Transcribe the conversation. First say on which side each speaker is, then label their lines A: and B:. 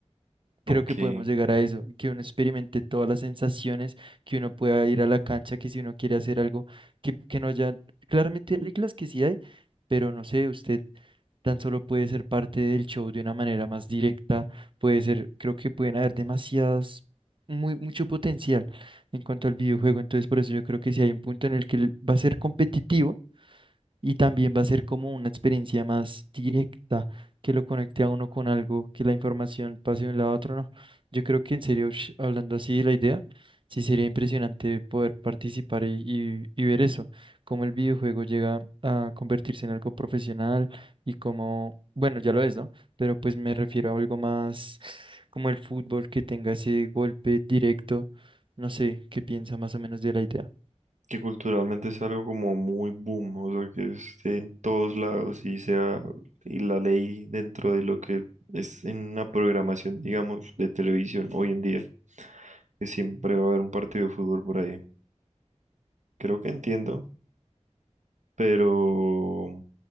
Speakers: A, on the right; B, on the right.
A: aunque
B: Creo que podemos llegar a eso, que uno experimente todas las sensaciones, que uno pueda ir a la cancha, que si uno quiere hacer algo, que, que no haya, claramente hay reglas que sí hay, pero no sé, usted tan solo puede ser parte del show de una manera más directa, puede ser, creo que pueden haber demasiadas, muy, mucho potencial en cuanto al videojuego, entonces por eso yo creo que si hay un punto en el que va a ser competitivo, y también va a ser como una experiencia más directa que lo conecte a uno con algo, que la información pase de un lado a otro, no. Yo creo que en serio, sh- hablando así de la idea, sí sería impresionante poder participar y, y- y ver eso, cómo el videojuego llega a convertirse en algo profesional y cómo, bueno, ya lo es, ¿no? Pero pues me refiero a algo más como el fútbol que tenga ese golpe directo, no sé, qué piensa más o menos de la idea.
A: que culturalmente es algo como muy boom, o sea que esté en todos lados y sea y la ley dentro de lo que es en una programación, digamos, de televisión hoy en día, que siempre va a haber un partido de fútbol por ahí. Creo que entiendo, pero